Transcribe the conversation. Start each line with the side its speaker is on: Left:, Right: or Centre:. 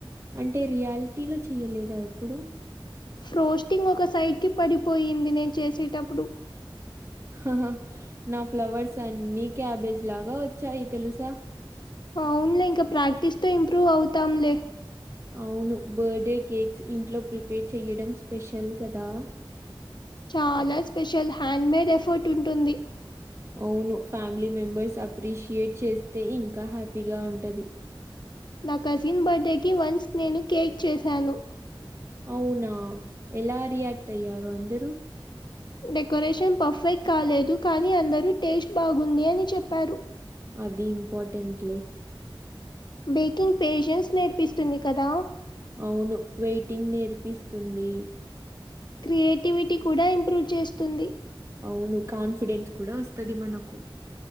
Right: అంటే రియాలిటీలో చెయలేదా ఎప్పుడు
Left: ఫ్రోస్టింగ్ ఒక సైడ్కిి పడిపోయింది నేను చేసేటప్పుడు
Right: హహ నా ఫ్లవర్స్ అన్నిీ క్యాబేజ్ లాగా వచ్చాయి తెలుసా
Left: అవునులే ఇంకా ప్రాక్టీస్ తో ఇంప్రూవ్ అవుతాంలే
Right: అవును బర్త్డే కేక్స్ ఇంట్లో ప్రిపేర్ చేయడం స్పెషల్ కదా
Left: చాలా స్పెషల్ హ్యాండ్ మేడ్ ఎఫర్ట్ ఉంటుంది
Right: అవును ఫ్యామిలీ మెంబర్స్ అప్రిషియేట్ చేస్తే ఇంకా హ్యాపీగా ఉంటది
Left: నా కజిన్ బర్త్డేకి వన్స్ నేను కేక్ చేశాను
Right: అవునా ఎలా రియాక్ట్ అయ్యారు అందరూ
Left: డెకరేషన్ పర్ఫెక్ట్ కాలేదు కానీ అందరూ టేస్ట్ బాగుంది అని చెప్పారు
Right: ఆది ఇంపార్టంట్ లే
Left: బేకింగ్ పేషంట్స్ నేర్పిస్తుంది కదా
Right: అవును వెటింగ్ నేర్పిస్తుంది
Left: క్రియేటివిటీ కూడా ఇంప్రూవ్ చేస్తుంది
Right: ఆవును కాన్ఫిడెన్స్ కూడా వస్తుది మనకు